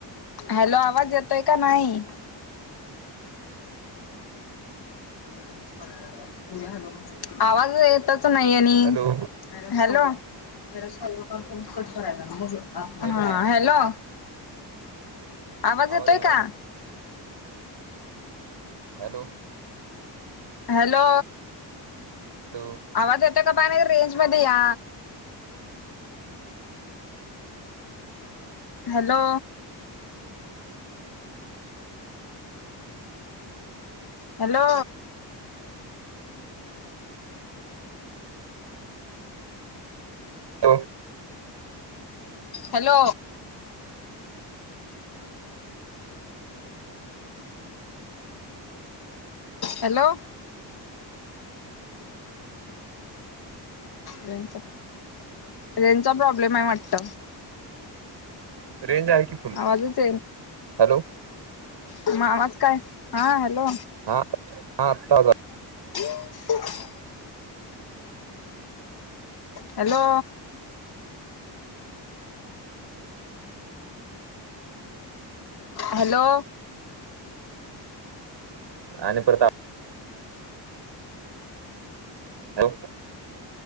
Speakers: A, on the left; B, on the right.
A: हॅलो आवाज येतोय का नाई हॅलो म्हणत्यात आवाज येतच नाई आणि
B: हॅलो
A: हॅलो पहिला साधा काॅल करून कट करायच हअ
B: हॅलो
A: हा हॅलो आवाज येतोय
B: येना
A: का?
B: झाला हॅलो
A: हॅलो
B: हॅलो
A: आवाज यतोय क कापा नईत रेंज मदे या hello hello
B: hello
A: hello hello रेंचा प्राॅबलेम रेंचा प्रॉब्लेम आहे वाटत!
B: रेंज आहे की फुल्ल
A: आवाजच
B: हॅलो
A: म आवाज काय हा हॅलो
B: हा हा आत्ता आवाज आलं
A: <unintelligible> हॅलो हॅलो
B: आणि परत आ हॅव